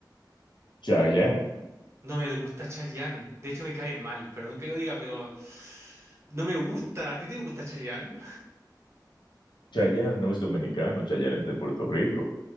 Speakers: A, on the left; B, on the right.
A: Chayanne.
B: No me gusta Chayanne. De hecho, me cae mal. Perdón que lo diga, pero no me gusta. ¿A ti te gusta Chayanne?
A: Chayanne no es dominicano, Chayanne es de Puerto Rico.